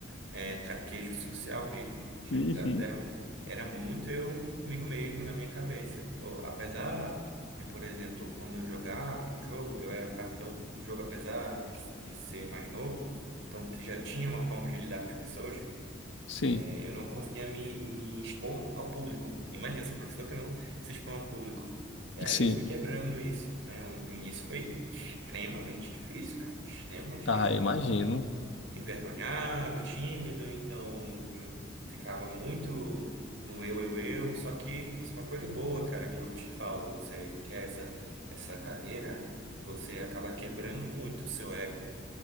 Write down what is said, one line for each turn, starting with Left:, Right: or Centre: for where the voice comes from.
Right: é, traquejo social mesmo. Tinha
Left: Uhum.
Right: amizade, era, mu- era muito eu comigo mesmo na minha cabeça. Pô, apesar de, por exemplo, quando eu jogar um jogo, eu era o capitão do jogo, apesar de de ser mais novo, então já tinha uma forma de lidar com as pessoas.
Left: Sim,
Right: É, Eu não conseguia me, me expor ao público. Imagina, sou um professor que não se expõe ao público. E aí
Left: sim.
Right: eu fui quebrando isso, né? No início foi extremamente difícil, cara. Extremamente difícil
Left: Ah, imagino.
Right: envergonhado, tímido, então hum, ficava muito no eu, eu, eu. Só que isso é uma coisa boa, cara, que eu te falo. Você quer essa, essa carreira, você acaba quebrando muito o seu ego